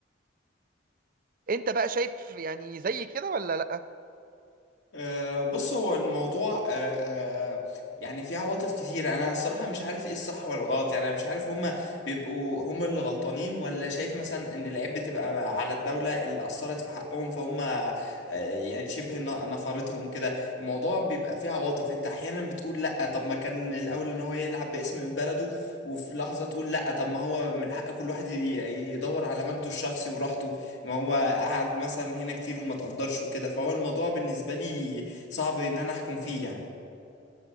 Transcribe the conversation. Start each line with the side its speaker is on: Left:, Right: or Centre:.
Right: انت بقى شايف يعني زي كده ولا لا
Left: أه، بص هو الموضوع أه، يعني فيه عواطف كتير انا الصراحه مش عارف ايه الصح ولا الغلط يعني انا مش عارف هما بيبقوا هما اللي غلطانين ولا شايف مثلا ان العيب بتبقى على الدوله اللي اثرت في حقهم فهم أه، يعني شبه ن- نفرتهم وكده الموضوع بيبقى فيه عواطف انت احيانا بتقول لا طب ما كان الاول ان هو يلعب باسم بلده وفي لحظه تقول لا طب ما هو من حق كل واحد ي- يدور على مجده الشخصي وراحته ما هو قعد مثلا هنا كتير وما تقدرش وكده فهو الموضوع بالنسبة لي صعب ان انا احكم فيه يعني